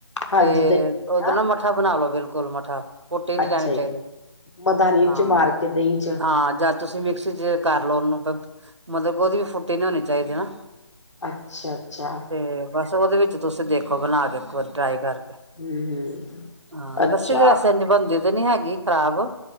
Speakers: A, on the left; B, on the right.
A: ਹਾਂਜੀ
B: ਤੇ
A: ਦਹੀਂ
B: ਉਹਦੇ
A: ਹਾਂ
B: ਨਾ ਮੱਠਾ ਬਣਾ ਲੋ। ਬਿਲਕੁਲ ਮਠਾ ਫੁੱਟੀ ਨੀ
A: ਅੱਛਾ
B: ਰਹਿਣੀ
A: ਜੀ
B: ਚਾਹੀਦੀ।
A: ਮਦਾਨੀ
B: ਹਾਂ
A: ਚ ਮਾਰ ਕੇ ਦਹੀਂ ਚ
B: ਹਾਂ ਜਾਂ ਤੁਸੀਂ ਮਿਕਸੀ ਚ ਕਰ ਲਓ। ਉਹਨੂੰ ਮਤਲਬ ਉਹਦੀ ਵੀ ਫੁੱਟੀ ਨੀ ਹੋਣੀ ਚਾਹੀਦੀ ਨਾ।
A: ਅੱਛਾ-ਅੱਛਾ।
B: ਤੇ ਬਸ ਉਹਦੇ ਵਿੱਚ ਤੁਸੀਂ ਦੇਖੋ ਬਣਾ ਕੇ ਇੱਕ ਵਾਰੀ ਟਰਾਈ ਕਰ
A: ਹੂੰ ਹੂੰ
B: ਹਾਂ,
A: ਅੱਛਾ
B: ਲੱਸੀ ਦੀ ਵੈਸੇ ਇੰਜ ਬੰ ਨ ਹੈਗੀ। ਖ਼ਰਾਬ